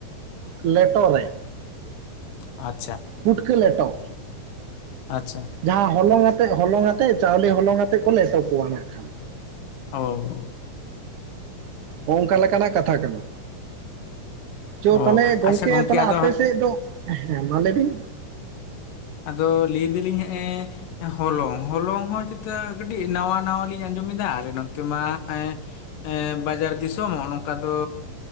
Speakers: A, on the right (about 70°); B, on the left (about 75°).
A: ᱞᱮᱴᱚ ᱨᱮ
B: ᱟᱪᱪᱷᱟ
A: ᱯᱩᱴᱠᱟ. ᱞᱮᱴᱚ
B: ᱟᱪᱪᱷᱟ
A: ᱡᱟᱦᱟᱸ ᱦᱚᱞᱚᱝ ᱟᱛᱮᱫ ᱦᱚᱞᱚᱝ ᱟᱛᱮᱜ ᱪᱟᱣᱞᱮ ᱦᱚᱞᱚᱝ ᱟᱛᱮᱜ ᱠᱚ ᱞᱮᱴᱚ ᱠᱚᱣᱟ ᱱᱟᱜᱠᱷᱟᱱ
B: ᱚ ᱦᱳ
A: ᱚᱱᱠᱟ ᱞᱮᱠᱟᱱᱟᱜ ᱠᱟᱛᱷᱟ ᱠᱟᱱᱟ᱾ ᱪᱚ
B: ᱚ
A: ᱛᱟᱦᱚᱞᱮ ᱜᱚᱝᱠᱮ
B: ᱟᱪᱪᱷᱟ
A: ᱛᱟᱦᱞᱮ
B: ᱟᱫᱚ
A: ᱟᱯᱮ
B: ᱦᱟᱸᱜ
A: ᱥᱮᱫ ᱫᱚ ᱦᱮᱸ ᱢᱟ ᱞᱟᱹᱭᱵᱤᱱ
B: ᱟᱫᱚ ᱞᱟᱹᱭ ᱫᱟᱞᱤᱧ ᱦᱮᱜ ᱮ ᱦᱚᱞᱚᱝ ᱦᱚᱞᱚᱝ ᱦᱚᱸ ᱪᱮᱛᱟ ᱠᱟᱹᱴᱤᱡ ᱱᱟᱣᱟ ᱱᱟᱣᱟ ᱞᱤᱧ ᱟᱸᱡᱚᱢᱮᱫᱟ ᱟᱞᱮ ᱱᱚᱛᱮ ᱢᱟ ᱮ ᱮᱜ ᱵᱟᱡᱟᱨ ᱫᱤᱥᱚᱢ ᱦᱚᱜ ᱱᱚᱝᱠᱟ ᱫᱚ